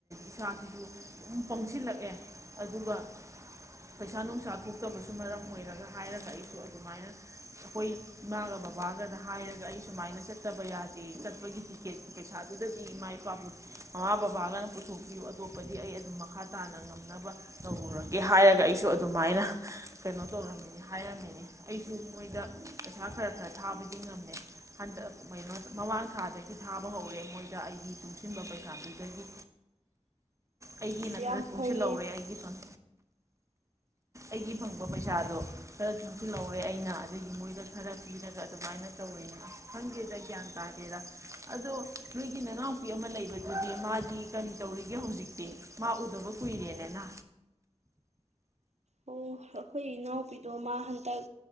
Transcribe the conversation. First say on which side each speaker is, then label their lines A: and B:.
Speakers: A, on the right; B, on the right.
A: ꯏꯁꯥꯁꯤꯁꯨ ꯄꯪꯁꯤꯜꯂꯛꯑꯦ ꯑꯗꯨꯒ ꯄꯩꯁꯥ ꯅꯨꯡꯁꯥ ꯊꯣꯛꯇꯕꯁꯨ ꯃꯔꯝ ꯑꯣꯏꯔꯒ ꯍꯥꯏꯔꯒ ꯑꯩꯁꯨ ꯑꯗꯨꯃꯥꯏꯅ ꯑꯩꯈꯣꯏ ꯏꯃꯥꯒ ꯕꯕꯥꯒꯗ ꯍꯥꯏꯔꯒ ꯑꯩ ꯁꯨꯃꯥꯏꯅ ꯆꯠꯇꯕ ꯌꯥꯗꯦ ꯆꯠꯄꯒꯤ ꯇꯤꯛꯀꯦꯠ ꯄꯩꯁꯥꯗꯨꯗꯗꯤ ꯏꯃꯥ ꯏꯄꯥꯕꯨ ꯃꯃꯥ ꯕꯕꯥꯒꯅ ꯄꯨꯊꯣꯛꯄꯤꯌꯨ ꯑꯇꯣꯞꯄꯗꯤ ꯑꯩ ꯑꯗꯨꯝ ꯃꯈꯥ ꯇꯥꯅ ꯉꯝ ꯇꯧꯔꯨꯔꯒꯦ ꯍꯥꯏꯔꯒ ꯑꯩꯁꯨ ꯑꯗꯨꯃꯥꯏꯅ ꯀꯩꯅꯣ ꯇꯧꯔꯝꯃꯤ ꯍꯥꯏꯔꯝꯃꯤ ꯑꯩꯁꯨ ꯃꯣꯏꯗ ꯄꯩꯁꯥ ꯈꯔ ꯈꯔ ꯊꯥꯕꯗꯤ ꯉꯝꯃꯦ ꯍꯟꯗꯛ ꯣꯏ ꯃꯃꯥꯡ ꯊꯥꯗꯒꯤ ꯊꯥꯕ ꯍꯧꯔꯦ ꯃꯣꯏꯗ ꯑꯩꯒꯤ ꯆꯨꯡꯁꯤꯟꯕ ꯄꯩꯁꯥ ꯄꯤꯖꯔꯤ ꯑꯩꯒꯤ
B: ꯑꯁ
A: ꯅꯆꯅꯁꯤꯡꯨꯡꯁꯤ
B: ꯌꯥꯝ ꯐꯩꯌꯦ
A: ꯂꯧꯔꯦ ꯑꯩꯒꯤ ꯐꯝ ꯑꯩꯒꯤ ꯐꯪꯕ ꯄꯩꯁꯥꯗꯣ ꯈꯔ ꯆꯪꯁꯤꯜꯍꯧꯔꯦ ꯑꯩꯅ ꯑꯗꯨꯗꯒꯤ ꯃꯣꯏꯗ ꯈꯔ ꯄꯤ ꯁꯤꯅꯒ ꯑꯗꯨꯃꯥꯏꯅ ꯇꯧꯋꯦꯅꯦ ꯈꯪꯗꯦꯗ ꯒ꯭ꯌꯥꯟ ꯇꯥꯗꯦꯗ ꯑꯗꯣ ꯅꯣꯏꯒꯤ ꯅꯅꯥꯎꯄꯤ ꯑꯃ ꯂꯩꯕꯗꯨꯗꯤ ꯃꯥꯗꯤ ꯀꯔꯤ ꯇꯧꯔꯤꯒꯦ ꯍꯧꯖꯤꯛꯇꯤ ꯃꯥ ꯎꯗꯕ ꯍꯨꯏꯔꯦꯅꯅ
B: ꯑꯣ ꯑꯩꯈꯣꯏ ꯏꯅꯥꯎꯄꯤꯗꯣ ꯃꯥ ꯍꯟꯗꯛ